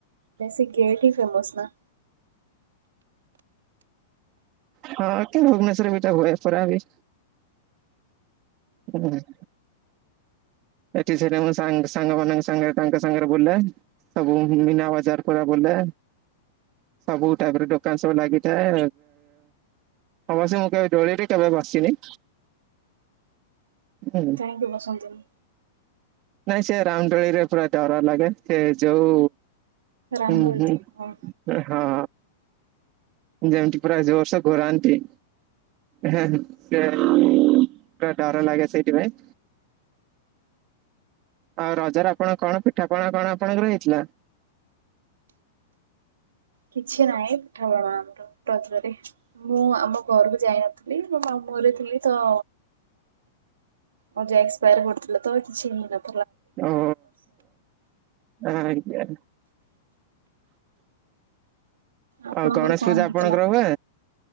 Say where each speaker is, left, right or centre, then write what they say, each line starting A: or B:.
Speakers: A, on the right; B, on the right.
A: ସେଇ ଗେଟ ହି ଫେମସ ନା।
B: ହଁ ଭୁବନେଶ୍ଵର ବି ତ ହୁଏ ପୁରା ବି ହୁଁ ଏ ସେ ସାଙ୍ଗ ମ ସାଙ୍ଗରେ ତାଙ୍କ ସାଙ୍ଗରେ ବିଲ ସବୁ ମୀନା ବଜାର ପୁରା ବୁଲେ। ସବୁ ଟାଇପ ର ଦୋକାନ ସବୁ ଲାଗିଥାଏ ଅବଶ୍ୟ ମୁଁ କହିବି ଦୋଳିରେ କେବେ ବସିନି ହୁଁ।
A: କାହିଁକି ବସନ୍ତି ନି।
B: ନାଇଁ ସେ ରାମ ଦୋଳିରେ ପୁରା ଡର ଲାଗେ ସେ ଯଉ
A: ରାମଦୋଳି
B: ହୁଁ ହୁଁ।
A: ତ ହଁ।
B: ହଁ। ଯେମିତି ପ୍ରାୟ ବର୍ଷ ଘରନ୍ତି। ସେ ପୁରା ଡର ଲାଗେ ସେଇଥିପାଇଁ ଆଉ ରଜରେ ଆପଣ କଣ ପିଠାପଣା କଣ କଣ ଆପଣଙ୍କର ହେଇଥିଲା।
A: କିଛି ନାହିଁ ପିଠାପଣା ଆମର ରଜରେ ମୁଁ ଆମ ଘରକୁ ଯାଇନଥିଲି। ଥିଲି ମୋ ମାମୁଁ ଘରେ ଥିଲି ତ ହଉ ଯା ଏକ୍ସପାୟାର କରୁଥିଲ ତ ଆଉ କିଛି ହେଇ ନ।
B: ଓ ଆଜ୍ଞା।
A: ଆପଣଙ୍କର
B: ହଉ ଗଣେଶ
A: କଣ
B: ପୂଜା
A: ହେଇଥିଲା?
B: ଆପଣଙ୍କର ହୁଏ